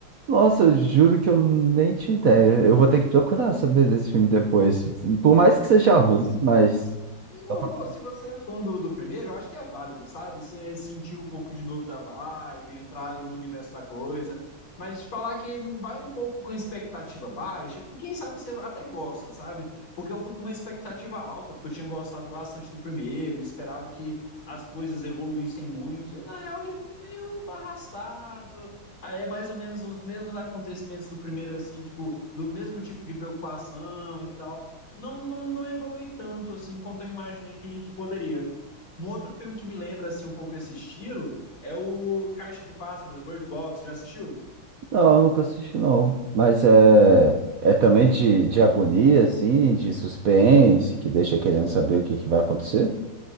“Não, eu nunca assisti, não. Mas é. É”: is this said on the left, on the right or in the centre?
Right